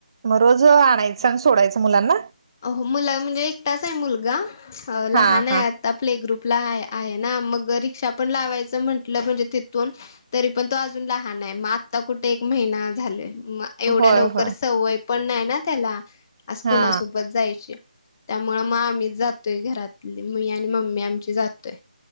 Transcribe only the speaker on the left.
अ मुला म्हणजे एकटाच आहे मुलगा लहान
आहे
आता प्ले ग्रुपला आहे ना मग रिक्षा पण लावायचं म्हटलं म्हणजे तिथून. तरी पण तो अजून लहान आहे. मग आत्ता कुठे एक महिना झाले म एवढ्या
लवकर
सवय पण नाही ना त्याला. आज कोणासोबत
जायचे त्यामुळ मग आम्हीच जातोय घरातली मी आणि मम्मी आमची जातोय.